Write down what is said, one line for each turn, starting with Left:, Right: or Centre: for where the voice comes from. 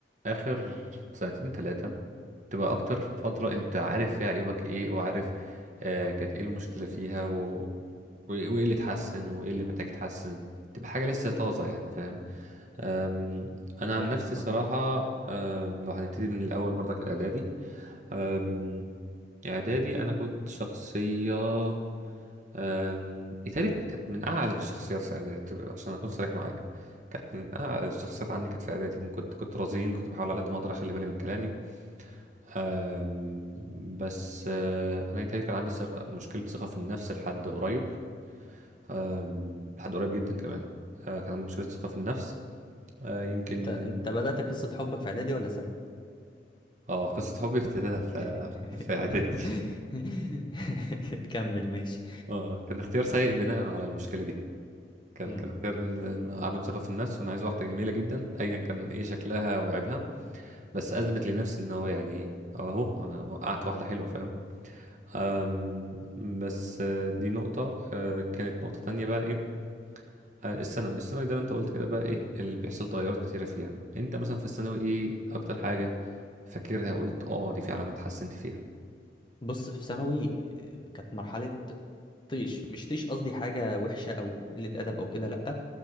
Right: آخر سنتين تلاتة تبقى أكتر فترة أنت عارف فيها عيوبك إيه وعارف آه كانت إيه المشكلة فيها و... و- وإيه اللي اتحسن وإيه اللي محتاج يتحسن تبقى حاجة لسه طازة يعني فاهم أم، أنا
Left: فاهمك
Right: عن نفسي صراحة
Left: اه
Right: أم، لو هنبتدي من الأول برضك إعدادي أم، إعدادي أنا كنت شخصية أم، إيطاليا كانت من أعلى الشخصيات في إعدادي تبقى- عشان أكون صريح معاك كانت من أعلى الشخصيات عندي كانت في إعدادي إن كنت كنت رزين كنت بحاول على قد ما أقدر أخلي بالي من كلامي أم، بس أه، أنا إيطاليا كان عندي ثقة مشكلة ثقة في النفس لحد قريب أم، لحد قريب جدا كمان أه، كان عندي مشكلة ثقة في النفس أه، يمكن
Left: انت انت بدأت قصة حبك في اعدادي ولا ثانوي
Right: اه قصة حبي ابتدت <laughs> في
Left: <laughs>
Right: في إعدادي <laughs>
Left: كمل ماشي
Right: اه كان اختيار سيء بناء على المشكلة دي كان
Left: مم.
Right: كان اختيار إن- إن عدم ثقة في النفس وأنا عايز واحدة جميلة جدا أيا كان إيه شكلها وعيبها بس أثبت لنفسي إن هو يعني أهو أنا وقعت واحدة حلوة فاهم أم، بس آه، دي نقطة آه، كانت نقطة تانية بقى إيه آه، الثانوي الثانوي زي ما أنت قلت كده بقى إيه اللي بيحصل تغيرات كتيرة فيها أنت مثلا في الثانوي إيه أكتر حاجة فاكرها قلت أه دي فعلا أنا اتحسنت فيها
Left: بص في ثانوي آه، كانت مرحلة طيش مش طيش قصدي حاجة وحشة او قلة ادب او كده لا